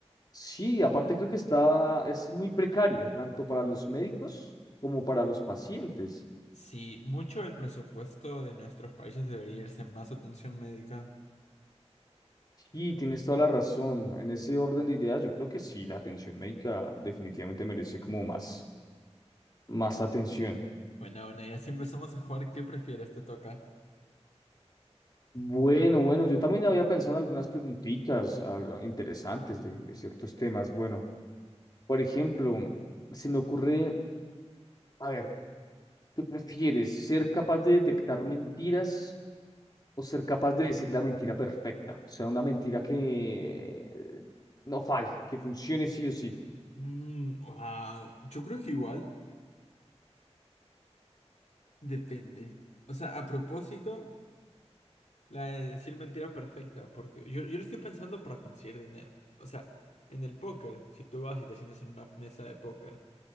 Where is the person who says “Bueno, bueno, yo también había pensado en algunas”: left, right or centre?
Left